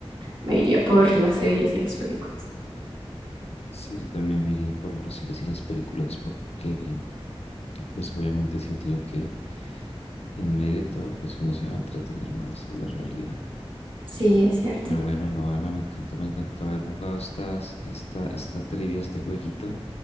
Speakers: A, on the right; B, on the left.
A: me iría por las series y las películas.
B: sí, yo también me iría por las series y las películas porque pues obviamente siento yo que en medio de todo pues uno se va a entretener más, es la realidad.
A: Sí, es cierto.
B: Pero bueno, no, Ana, me encantó, me encantó haber jugado estas, esta, esta trivia, este jueguito.